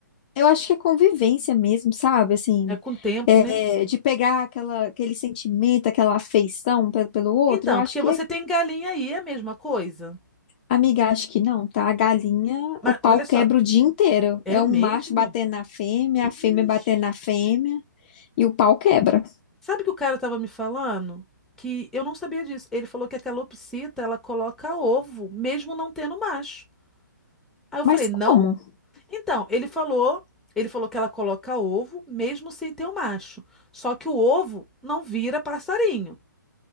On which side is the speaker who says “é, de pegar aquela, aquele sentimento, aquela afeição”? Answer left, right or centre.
Left